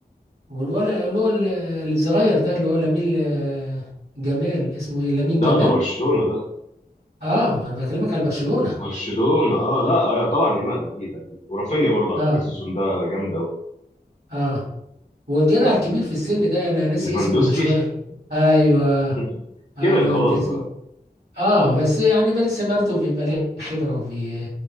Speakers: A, on the right; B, on the left.
A: والولا اللي هو ال- الصغير ده اللي هو لامين آه، جمال اسمه ايه لامين
B: ده
A: جمال
B: ده برشلونه ده
A: اه ما انا بكلمك على برشلونة
B: برشلونه اه لا آه طبعا يامال اكيد اكيد ورافينيا برضه على
A: اه
B: فكره السيزون ده جامد قوي
A: اه والجدع الكبير في السن ده انا ناسي
B: ليفاندوسكي
A: اسمه شوية ايوه
B: <laughs>
A: اه
B: كبر
A: لوفاندوسكي
B: خلاص بقى
A: اه بس يعني بيلس برضه بيبقى ليه خبره وبي